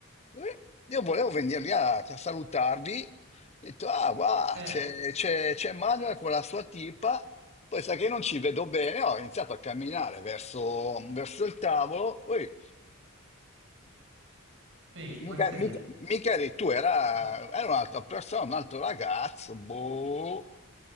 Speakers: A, on the left; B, on the right.
A: Eh, Io volevo venire lì a, a salutarvi, ho detto, ah, guarda,
B: Eh,
A: c'è, c'è, c'è Manuel con la sua tipa, poi sa che non ci vedo bene, ho iniziato a camminare verso, verso il tavolo, poi
B: ehi, ma
A: mica,
B: che stai di?
A: mica, mica eri tu, era,
B: Ma,
A: era un'altra persona, un altro ragazzo, boh,